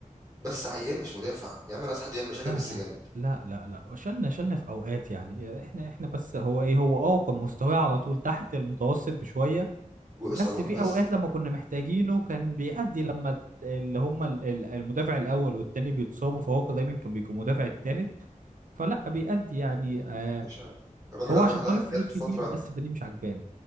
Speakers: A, on the right (about 25°); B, on the right (about 70°).
A: بس عيان مش مدافع يا عم ناس حد يعمل مشاكل
B: لا
A: بس
B: لا
A: جامد
B: لا لا لا شلنا شلنا في اوقات يعني احنا احنا بس هو ايه هو اه كان مستواه على طول تحت المتوسط بشوية
A: وإصابات
B: بس في
A: بس
B: اوقات لما كنا محتاجينه كان بيأدي لما الت- اللي هم ال- ال- المدافع الاول والتاني بيتصابوا فهو كان دايما كان بيكون مدافع التالت فلا بيأدي يعني آه
A: مش ع- رامي
B: هو
A: ربيعة
B: عشان
A: ده
B: طالب فلوس
A: جت
B: كتير
A: فترة
B: بس فدي مش عجباني